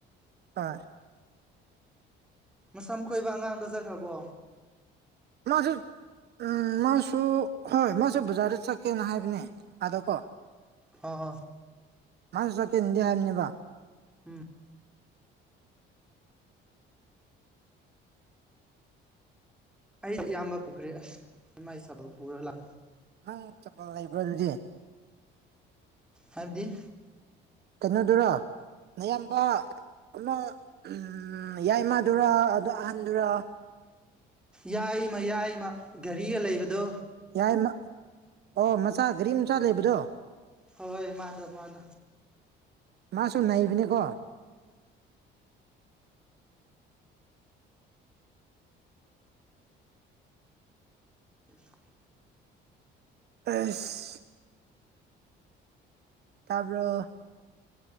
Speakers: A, on the right; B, in the centre.
A: <unintelligible>
B: ꯃꯁꯝ ꯈꯣꯏꯕ ꯑꯉꯥꯡꯗꯣ ꯆꯠꯈ꯭ꯔꯥꯕꯣ
A: ꯃꯥꯖꯨ ꯎꯝ ꯃꯥꯁꯨ ꯍꯣꯏ ꯃꯥꯁꯨ ꯕꯖꯥꯔꯗ ꯆꯠꯀꯦꯅ ꯍꯥꯏꯕꯅꯦ ꯑꯥꯗꯀꯣ
B: ꯍ ꯍ
A: ꯃꯥꯁꯨ ꯆꯠꯀꯦꯅꯗꯤ ꯍꯥꯏꯕꯅꯦꯕ
B: ꯎꯝ ꯑꯩ ꯏꯌꯥꯝꯕ ꯄꯨꯈ꯭ꯔꯤ ꯑꯁ ꯏꯃꯥꯏ ꯆꯕꯜ <unintelligible> ꯄꯨꯔ ꯂꯥꯛ
A: ꯅꯪ ꯆꯠꯄ ꯂꯩꯕ꯭ꯔꯥ ꯑꯗꯨꯗꯤ
B: ꯍꯥꯏꯕꯗꯤ
A: ꯀꯩꯅꯣꯗꯨꯔꯣ ꯑꯌꯥꯝꯕ ꯑꯃ ꯎꯝ ꯌꯥꯏꯃꯥꯗꯨꯔꯥ ꯑꯗꯣ ꯑꯍꯟꯗꯨꯔꯥ
B: ꯌꯥꯏꯃ ꯌꯥꯏꯃ ꯒꯥꯔꯤꯒ ꯂꯩꯕꯗꯣ
A: ꯌꯥꯏ ꯑꯣ ꯃꯆꯥ ꯒꯥꯔꯤ ꯃꯆꯥ ꯂꯩꯕꯗꯣ
B: ꯍꯣꯏ ꯍꯥꯏ ꯃꯗꯣ ꯃꯗꯣ
A: ꯃꯥꯁꯨ ꯅꯅꯥꯏꯕꯅꯦꯀꯣ
B: <unintelligible>
A: ꯑꯁ ꯇꯥꯕꯔꯣ